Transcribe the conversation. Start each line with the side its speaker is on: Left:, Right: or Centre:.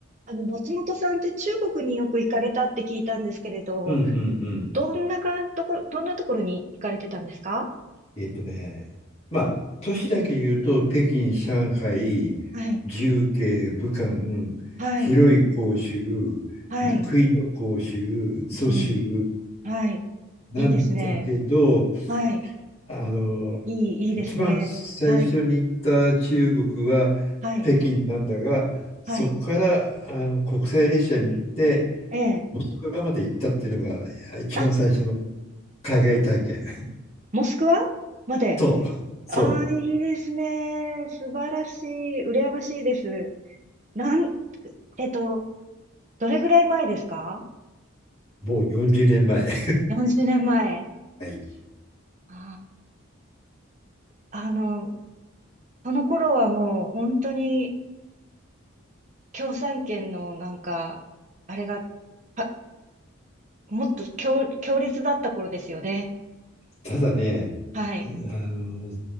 Right: あの、松本さんって中国によく行かれたって聞いたんですけれど、
Left: うんうんうん。
Right: どんなかんところ、どんなところに行かれてたんですか
Left: えっとね、まあ、都市だけ言うと、北京、上海、
Right: はい、
Left: 重慶、武漢、
Right: はい、
Left: 広い広州、
Right: はい、
Left: で杭の広州、蘇州
Right: うん。はい、
Left: なんだけど、
Right: いいですね。はい、
Left: あの、
Right: いい、いいですね。
Left: 一番最初に行った中国は北京なんだが、
Right: はい、はい、
Left: そこからあの国際列車に乗って、
Right: はい、ええ。
Left: モスクワまで行ったっていうのが一番最初の
Right: あ、
Left: 海外体験。
Right: モスクワまで。
Left: そう、そう。
Right: ああ、いいですね。素晴らしい。羨ましいです。なん、えっと、どれぐらい前ですか
Left: もう40年前。<laughs>
Right: 40年前。
Left: はい。
Right: ああ、あの、その頃はもう本当に共産圏のなんか、あれが、は、もっと強、強烈だった頃ですよね。
Left: ただね、
Right: はい。
Left: あの、